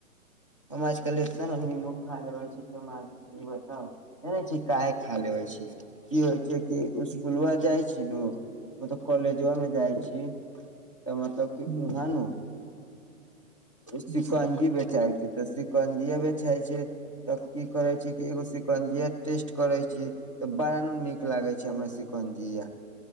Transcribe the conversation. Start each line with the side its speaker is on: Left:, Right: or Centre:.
Left: हम आजकल देखते ने निमक खाइले रहल छै कमे <unintelligible> बताउ कहय छी काहे खा लेबै छी। की होइ छै कि इसकुलबा
Right: जी
Left: जाइ छी नु मतलब कॉलेजबा मे जाइ छी। तऽ मतलब कि
Right: हुँ
Left: ओहा नु सिकंजी
Right: जी
Left: बेचाय छै तऽ सिकंजीये बेचइ छै। तब की करय छी कि एगो शिकंजिया टेस्ट करै छी। तऽ बड़ा नीक लागय छै हमरा सिकंजीया